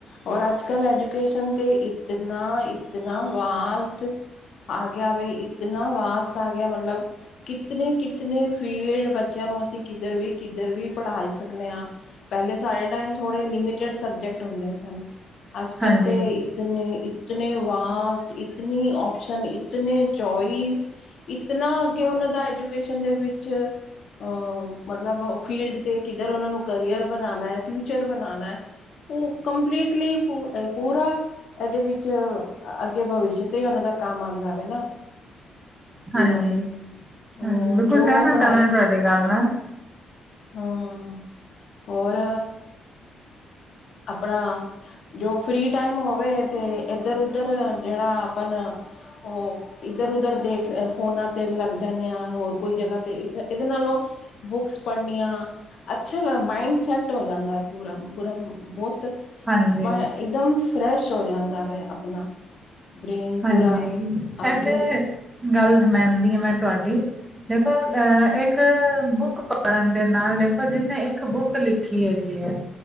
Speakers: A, on the left; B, on the right.
A: ਔਰ ਅੱਜ ਕੱਲ੍ਹ ਐਜੂਕੇਸ਼ਨ ਤੇ ਇਤਨਾ ਇਤਨਾ ਵਾਸਟ ਆ ਗਿਆ ਬ ਇਤਨਾ ਵਾਸਟ ਆ ਗਿਆ ਮਤਲਬ ਕਿਤਨੇ ਕਿਤੇ ਫੀਲਡ ਬੱਚਿਆਂ ਨੂੰ ਅਸੀਂ ਕਿੱਧਰ ਵੀ ਕਿੱਧਰ ਵੀ ਪੜ੍ਹਾ ਸਕਦੇ ਹਾਂ ਪਹਿਲੇ ਸਾਡੇ ਟਾਈਮ ਥੋੜੇ ਲਿਮਿਟਡ ਸਬਜਕਿਟ ਹੁੰਦੇ ਸਨ। ਅੱਜ ਕੱਲ
B: ਹਾਂਜੀ
A: ਤੇ- ਇਤਨ ਇਤਨ ਵਾਸਟ ਇਤਨੀ ਓਪਸ਼ਨ ਇਤਨ ਚੋਇਸ ਇਤਨਾ ਅੱਗੇ ਉਹਨਾਂ ਦਾ ਐਜੂਕੇਸ਼ਨ ਦੇ ਵਿੱਚ- ਅਹ ਮਤਲਬ ਫੀਲਡ ਤੇ ਕਿੱਧਰ ਉਹਨਾਂ ਨੂੰ ਕਰੀਅਰ ਬਣਾਉਣਾ ਹੈ ਫਿਊਚਰ ਬਣਾਉਣਾ ਹੈ ਉਹ ਕੰਪਲੀਟਲੀ ਪੂਰਾ ਇਹਦੇ ਵਿੱਚ ਅੱਗੇ ਭਵਿਸ਼ ਤੇ ਹੀ ਉਹਨਾਂ ਦਾ ਕੰਮ ਆਉਂਦਾ ਰਵੇ ਨਾ ਪੂਰਾ
B: ਹਾਂਜੀ
A: ਉਹ
B: ਹਾਂਜੀ ਬਿਲਕੁਲ
A: ਜੋ
B: ਸਹਿਮਤ
A: ਪੜ੍ਹਾਈ
B: ਆ ਮੈ ਤੁਹਾਡੇ ਗੱਲ ਨਾਲ
A: ਹਮ ਹੋਰ ਆਪਣਾ ਜੋ ਫ੍ਰਰੀ ਟਾਈਮ ਹੋਵੇ ਅਤੇ ਇੱਧਰ ਉੱਧਰ ਜਿਹੜਾ ਆਪਣਾ ਉਹ ਇੱਧਰ ਉਧਰ ਦੇਖ ਫੋਨਾ ਤੇ ਵੀ ਲੱਗਦਾ ਜਾਂਦੇ ਹਾਂ ਹੋਰ ਕੋਈ ਜਗ੍ਹਾ ਤੇ ਇਸ ਇਹਦੇ ਨਾਲੋਂ ਬੁੱਕਸ ਪੜ੍ਹਨੀਆਂ ਅੱਛਾ ਮਾਇੰਡ ਸੈਟ ਹੋ ਜਾਂਦਾ ਪੂਰਾ ਪੂ ਬਹੁਤ
B: ਹਾਂਜੀ
A: ਮ ਇੱਕਦਮ ਫਰੈਸ਼ ਹੋ ਜਾਂਦਾ ਵਾ ਆਪਣਾ ਬ੍ਰੇਨ
B: ਹਾਂਜੀ
A: ਪੂਰਾ ਅੱਗੇ
B: ਇਹ ਤੇ ਗੱਲ ਮਨਦੀ ਹਾਂ ਮੈਂ ਤੁਹਾਡੀ। ਦੇਖੋ ਅਹ ਇੱਕ ਬੁੱਕ ਪੜ੍ਹਨ ਦੇ ਨਾਲ ਦੇਖੋ ਜਿਹਨੇ ਇੱਕ ਬੁੱਕ ਲਿਖੀ। ਕਿ ਹੇਗੀ ਏ?